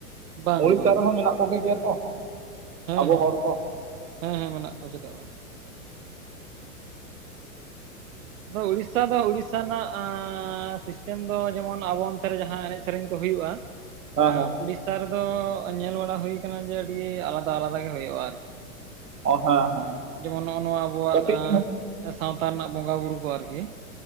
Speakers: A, on the right; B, on the right.
A: ᱵᱟᱝ
B: ᱳᱲᱤᱥᱥᱟ
A: ᱜᱮ ᱵᱟᱝ
B: ᱨᱮᱦᱚᱸ ᱢᱮᱱᱟᱜ ᱠᱚᱜᱮ ᱜᱮᱭᱟ ᱛᱚ᱾
A: ᱦᱮᱸ
B: ᱟᱵᱚ
A: ᱦᱮᱸ,
B: ᱦᱚᱲ ᱠᱚ
A: ᱦᱮᱸ ᱦᱮᱸ ᱢᱮᱱᱟᱜ ᱠᱚᱣᱟ ᱪᱮᱫᱟᱜ ᱵᱟᱝ᱾ ᱟᱫᱚ ᱩᱲᱤᱥᱥᱟ ᱫᱚ ᱩᱲᱤᱥᱥᱟ ᱨᱮᱱᱟᱜ ᱟᱸᱻ ᱥᱤᱥᱴᱟᱹᱢ ᱫᱚ ᱡᱮᱢᱚᱱ ᱟᱵᱚ ᱱᱚᱛᱮ ᱨᱮ ᱡᱟᱦᱟᱸ ᱮᱱᱮᱡ ᱥᱮᱨᱮᱧ ᱠᱚ ᱦᱩᱭᱩᱜᱼᱟ,
B: ᱦᱮᱸ
A: ᱮᱸ
B: ᱦᱮᱸ ᱦᱮᱸ
A: ᱩᱲᱤᱥᱥᱟ ᱨᱮᱫᱚᱻᱜ ᱧᱮᱞ ᱵᱟᱲᱟ ᱦᱩᱭ ᱠᱟᱱᱟ ᱡᱮ ᱟᱹᱰᱤ ᱟᱞᱟᱫᱟ ᱟᱞᱟᱫᱟ ᱜᱮ ᱦᱩᱭᱩᱜᱼᱟ ᱟᱨᱠᱤ᱾
B: ᱚ ᱦᱮᱸ ᱦᱮᱸ᱾
A: ᱡᱚᱢᱚᱱ ᱱᱚᱜᱼᱚ ᱱᱚᱣᱟ ᱟᱵᱚᱣᱟᱜ
B: ᱠᱟᱹᱴᱤᱡ
A: ᱮᱸ ᱥᱟᱶᱛᱟ ᱨᱮᱱᱟᱜ ᱵᱚᱸᱜᱟ ᱵᱩᱨᱩ ᱠᱚ ᱟᱨ ᱠᱤ᱾